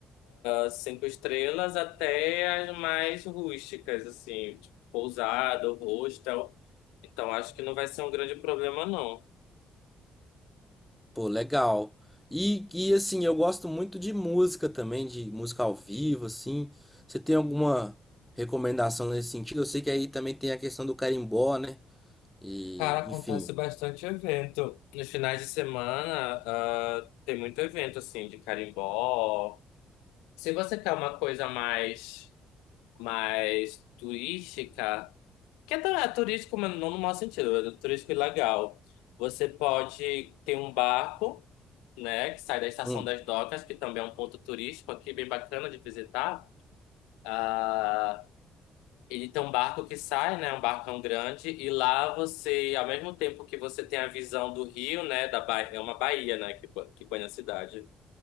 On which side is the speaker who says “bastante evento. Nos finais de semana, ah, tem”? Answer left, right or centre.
Left